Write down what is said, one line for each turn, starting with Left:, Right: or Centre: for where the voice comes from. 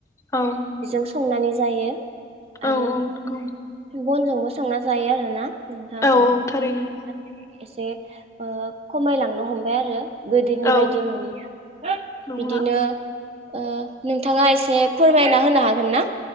Left: औ
Right: जों संनानै जायो। आरो
Left: औ औ नंगौ
Right: बनजोंबो संना जायो आरोना नोंथां
Left: औ
Right: ओ
Left: औ थारैनो
Right: <inaudible> एसे ओ खमायलांनो हमबाय आरो गोदोनि
Left: औ
Right: बायदि नंलिया <unintelligible>
Left: नंला
Right: बिदिनो ओ नोंथाङा एसे फोरमायना होनो हागोन ना?